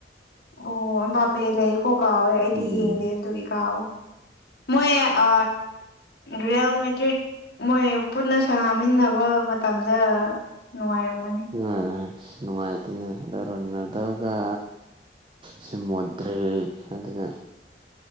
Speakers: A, on the left (about 60°); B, on the right (about 30°).
A: ꯑꯣ ꯕꯥꯄ‌ꯦ ꯂꯩ ꯀꯣ ꯀꯥꯎꯋꯦ ꯑꯩꯗꯤ
B: ꯎꯝ
A: ꯌꯦꯡꯗꯦ ꯑꯗꯨꯒꯤ ꯀꯥꯎꯋꯦ ꯃꯣꯏ ꯑ ꯔꯤꯌꯦꯜ ꯃꯦꯗ꯭ꯔꯤꯠ ꯃꯣꯏ ꯄꯨꯟꯅ ꯁꯥꯟꯅꯃꯤꯟꯅꯕ ꯃꯇꯝꯗ ꯅꯨꯡꯉꯥꯏꯔꯝꯒꯅꯤ
B: ꯅꯨꯡ ꯑꯁ ꯅꯨꯡꯉꯥꯏꯇ‌ꯦꯅꯦ ꯍꯟꯗꯛ ꯔ‌ꯣꯅꯥꯜꯗꯣ ꯒ ꯁꯤꯃꯨꯗ꯭ꯔꯦꯛ ꯍꯥꯏꯗꯨꯒ